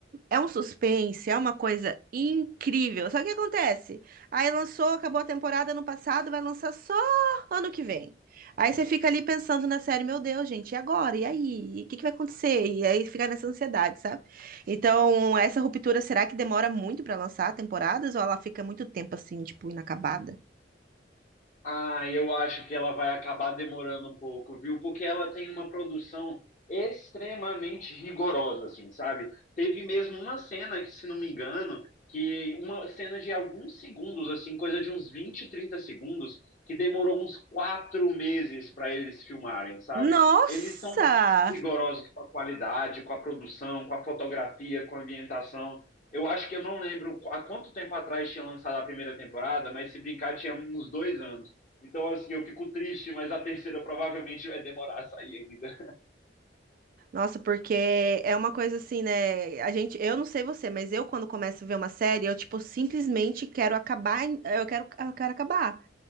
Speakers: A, on the right (about 50°); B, on the left (about 45°).
A: É um suspense, é uma coisa incrível. Só que acontece? Aí lançou, acabou a temporada ano passado, vai lançar só ano que vem. Aí você fica ali pensando na série, meu Deus, gente, e agora? E aí? E o que que vai acontecer? E aí fica nessa ansiedade, sabe? Então, essa ruptura, será que demora muito pra lançar temporadas ou ela fica muito tempo assim, tipo, inacabada?
B: Ah, eu acho que ela vai acabar demorando um pouco, viu? Porque ela tem uma produção extremamente rigorosa, assim, sabe? Teve mesmo uma cena que, se não me engano, que uma cena de alguns segundos, assim, coisa de uns 20, 30 segundos, que demorou uns quatro meses para eles filmarem, sabe?
A: Nossa!
B: Eles são muito rigorosos com a qualidade, com a produção, com a fotografia, com a ambientação. Eu acho que eu não lembro há quanto tempo atrás tinha lançado a primeira temporada, mas se brincar, tinha uns dois anos. Então, assim, eu fico triste, mas a terceira provavelmente vai demorar a sair ainda.
A: Nossa, porque é uma coisa assim, né? A gente, eu não sei você, mas eu quando começo a ver uma série, eu tipo simplesmente quero acabar, em- eu quero, eu quero acabar.